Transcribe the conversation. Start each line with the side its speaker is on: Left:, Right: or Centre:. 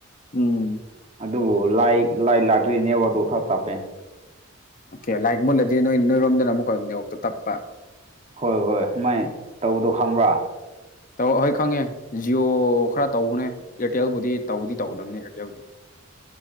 Left: ꯎꯝ꯫
Right: ꯑꯗꯨꯕꯨ ꯂꯥꯏ ꯂꯥꯏ ꯂꯥꯛꯇ꯭ꯔꯥꯗꯤ ꯅꯦꯠꯋꯥꯛ ꯗꯨ ꯈꯔ ꯇꯥꯞꯄꯦ꯫
Left: ꯑꯣꯀꯦ ꯂꯥꯏꯛ ꯃꯨꯠꯂꯗꯤ ꯅꯣꯏ ꯅꯣꯏꯔꯣꯝꯗꯅ ꯑꯃꯨꯛꯀ ꯅꯣꯛꯇꯨ ꯇꯞꯄꯥ꯫
Right: ꯍꯣꯏ ꯍꯣꯏ ꯃꯥꯏ ꯇꯧꯗꯣ ꯈꯪꯕ꯭ꯔꯥ꯫
Left: ꯇꯧ ꯑꯩꯍꯣꯏ ꯈꯪꯉꯦ ꯖꯤꯌꯣ ꯈꯔ ꯇꯧꯕꯅꯦ ꯑꯦꯔꯇꯦꯜꯕꯨꯗꯤ ꯇꯧꯗꯤ ꯇꯧꯗꯕꯅꯦ ꯑꯦꯔꯇꯦꯜꯗꯤ꯫